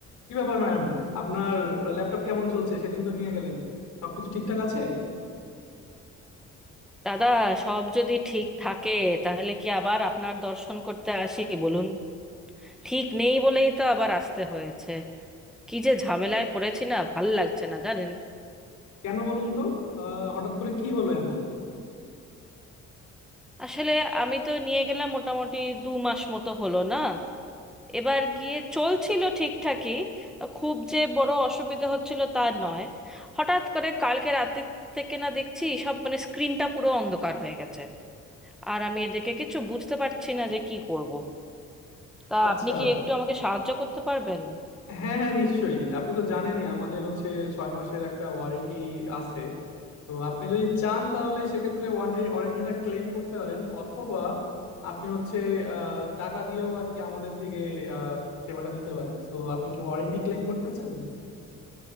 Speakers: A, on the left; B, in the centre.
A: কি ব্যাপার ম্যাম আপনার ল্যাপটপ কেমন চলছে সেদিন তো নিয়ে গেলেন সবকিছু ঠিকঠাক আছে
B: দাদা সব যদি ঠিক থাকে তাহলে কি আবার আপনার দর্শন করতে আসি বলুন ঠিক নেই বলেই তো আবার আসতে হয়েছে কি যে ঝামেলায় পড়েছি না ভাল লাগছে না জানেন
A: কেন বলুন তো আহ, হঠাৎ করে কি হলো এমন
B: আসলে আমি তো নিয়ে গেলাম মোটামুটি দু মাস মতো হলো না এবার গিয়ে চলছিল ঠিকঠাকই খুব যে বড় অসুবিধে হচ্ছিল তা নয় হঠাৎ করে কালকে রাতে থেকে না দেখছি সব মানে স্ক্রিনটা পুরো অন্ধকার হয়ে গেছে আর আমি এদিকে কিছু বুঝতে পারছি না যে কি করব তা
A: আচ্ছা
B: আপনি কি একটু আমাকে সাহায্য করতে পারবেন
A: হ্যাঁ হ্যাঁ নিশ্চয়ই আপনি তো জানেনই আমাদের হচ্ছে ছয় মাসের একটা ওয়ারেন্টি আছে তো আপনি যদি চান তাহলে সেক্ষেত্রে ওয়ারেন্টি ওয়ারেন্টিটা ক্লেম করতে পারেন অথবা আপনি হচ্ছে আহ, টাকা দিয়েও আর কি আমাদের থেকে আহ, সেবাটা নিতে পারেন তো আপনি কি ওয়ারেন্টি ক্লেম করতে চান